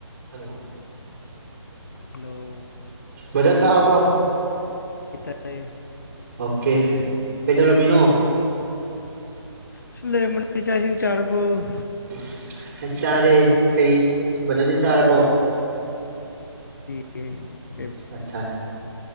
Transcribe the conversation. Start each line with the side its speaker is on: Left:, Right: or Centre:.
Right: ꯍꯜꯂꯣ
Left: ꯍꯜꯂꯣ
Right: ꯃꯖꯦ ꯇꯥꯕꯣ
Left: ꯇ꯭ꯂꯦ
Right: ꯑꯣꯀꯦ ꯀꯩꯗꯧꯔꯝꯃꯤꯅꯣ
Left: ꯁꯨꯨꯝꯗꯔꯦ ꯃ ꯆꯥꯁꯤꯡ ꯆꯥꯔꯔꯕ
Right: ꯑꯁ ꯆꯥꯔꯦ ꯀꯩ ꯕꯖꯔꯗꯤ ꯆꯥꯔꯕꯣ
Left: ꯦ
Right: ꯑꯆꯥ